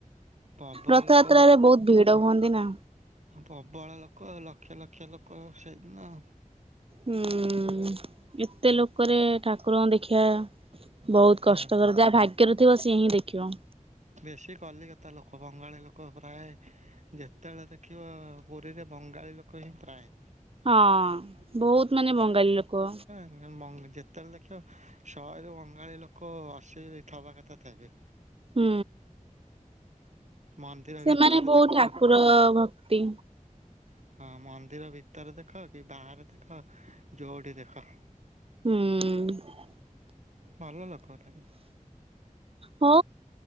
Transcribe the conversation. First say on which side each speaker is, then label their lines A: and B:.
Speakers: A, on the right (about 60°); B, on the right (about 45°).
A: ପ୍ରବଳ
B: ରଥଯାତ୍ରାରେ
A: ଲୋକ
B: ବହୁତ ଭିଡ ହୁଅନ୍ତି ନା।
A: ପବଳ ଲୋକ ଲକ୍ଷ ଲକ୍ଷ ଲୋକ ସେଇଦିନ।
B: ହୁଁ ଏତେ ଲୋକରେ ଠାକୁରଙ୍କୁ ଦେଖିବା ବହୁତ
A: ହଁ
B: କଷ୍ଟକର ଯାହା ଭାଗ୍ୟରେ ଥିବ ସିଏ ହିଁ ଦେଖିବ।
A: ବେଶୀ କଲିକତା ଲୋକ ବଙ୍ଗାଳୀ ଲୋକ ପ୍ରାଏ ଯେତେବେଳେ ଦେଖିବ ପୁରୀରେ ବଙ୍ଗାଳୀ ଲୋକ ହିଁ ପ୍ରାଏ।
B: ହଁ ବହୁତ ମାନେ ବଙ୍ଗାଳୀ ଲୋକ।
A: ହୂଁ ଉଁ ମଗଂ ଯେତେବେଳେ ଦେଖିବ ଶହେରୁ ବଙ୍ଗାଳୀ ଲୋକ ଅସି ଥବା କଥା ଥେବେ।
B: ହୁଁ
A: ମନ୍ଦିର
B: ସେମାନେ
A: ଭିତରେ
B: ବହୁ
A: ଦେଖ
B: ଠାକୁର ଭକ୍ତି।
A: ହଁ ମନ୍ଦିର ଭିତରେ ଦେଖ କି ବାହାରେ ଦେଖ ଯୋଉଠି ଦେଖ।
B: ହୁଁ।
A: ଭଲଲୋକ ଗୁରା।
B: ହଉ